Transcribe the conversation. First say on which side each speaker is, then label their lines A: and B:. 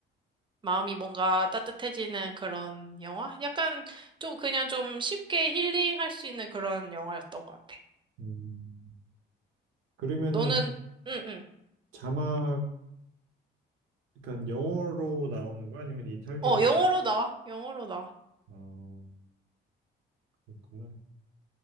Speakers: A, on the right (about 25°); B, on the right (about 85°).
A: 마음이 뭔가 따뜻해지는 그런 영화? 약간 좀 그냥 좀 쉽게 힐링할 수 있는 그런 영화였던 것 같아.
B: 음. 그러면은
A: 너는, 응, 응.
B: 자막 그러니까 영어로 나오는 거야 아니면 이탈리아?
A: 어, 영어로 나와. 영어로 나와.
B: 어 그렇구나.